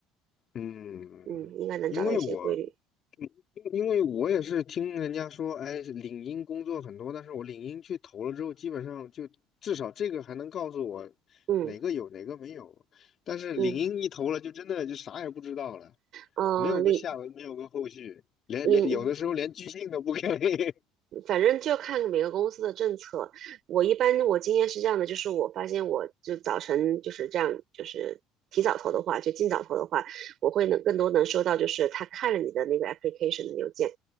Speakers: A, on the left; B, on the right.
A: 嗯，
B: 嗯，应该能找到一些规律。
A: 因为我，嗯因因为我也是听人家说，哎，领英工作很多，但是我领英去投了之后，基本上就至少这个还能告诉我
B: 嗯
A: 哪个有哪个没有，但是领英一投了，
B: 嗯，
A: 就真的就啥也不知道了，
B: 呃，
A: 没有个下文，
B: 李
A: 没有个后续，连连有的时候连拒信都不给。
B: 李
A: <laughs>
B: 反正就看每个公司的政策。我一般我经验是这样的，就是我发现我就早晨就是这样，就是提早投的话，就尽早投的话，我会能更多能收到，就是他看了你的那个 application 的邮件，